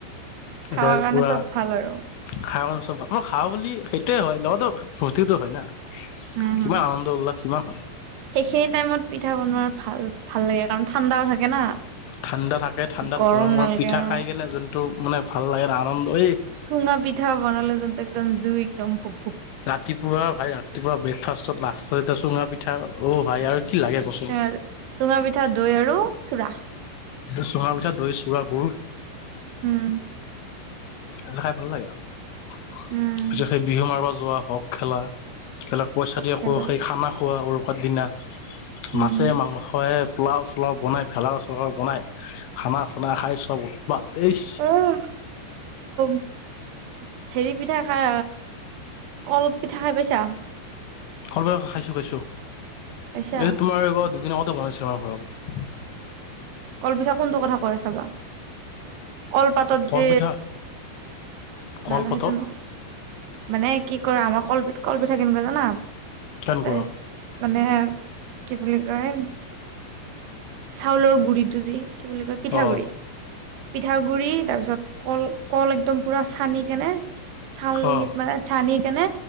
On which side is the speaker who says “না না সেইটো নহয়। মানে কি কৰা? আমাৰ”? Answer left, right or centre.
Right